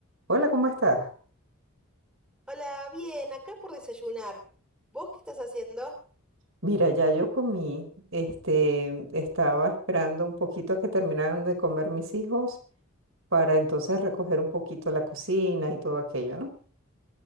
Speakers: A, on the right; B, in the centre.
A: Hola, ¿cómo estás?
B: Hola, bien, acá por desayunar. ¿Vos qué estás haciendo?
A: Mira, ya yo comí, este, estaba esperando un poquito a que terminaran de comer mis hijos para entonces recoger un poquito la cocina y todo aquello, ¿no?